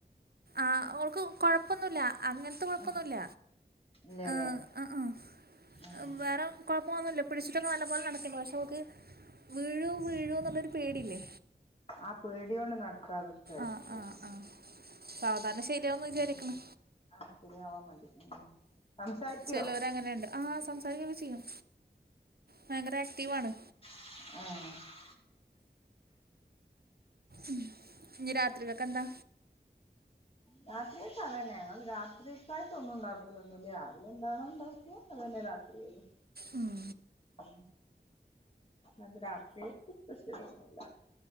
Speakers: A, on the right; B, on the left.
A: ആഹ് ഓൾക്ക് കൊഴപ്പൊന്നുല്ല അങ്ങനത്തെ കൊഴപ്പൊന്നുല്ല
B: ആഹ് ഇല്ലല്ലേ
A: ആഹ് അഹ്
B: ആഹ്
A: വേറെ കൊഴപ്പൊന്നുല്ല പിടിച്ചിട്ടൊക്കെ നല്ലപോലെ നടക്കണ്ട് പക്ഷേ ഓക്ക് വീഴും വീഴും ള്ളൊരു പേടില്ലേ
B: ആ പേടിയോണ്ട് നടക്കാതെക്കായിരിക്കും
A: ആഹ് ആഹ് ആഹ് സാവധാനം ശരിയാവുന്ന് വിചാരിക്കണ്
B: ആഹ് ശരി ആവാ മതി ഉം സംസാരിക്കോ
A: ചെലോര് അങ്ങനെണ്ട് ആഹ് സംസാരിക്കൊക്കെ ചെയ്യും ഭയങ്കര ആക്റ്റീവണ്
B: ഉം
A: ഉം ഇഞ്ഞു രാത്രിക്കക്ക് ന്താ?
B: രാത്രിക്ക് അവന്നെ ഞങ്ങൾ രാത്രിക്കായിട്ട ഒന്നും ഉണ്ടാക്കലോ ഒന്നുമില്ല രാവിലെ എന്താണോ ഉണ്ടാക്കിയ- അതന്നെ രാത്രിയേലും.
A: ഉം
B: ഉം അത് രാത്ര്യ യാക്ക സ്പെഷ്യല ഒന്നുല്ല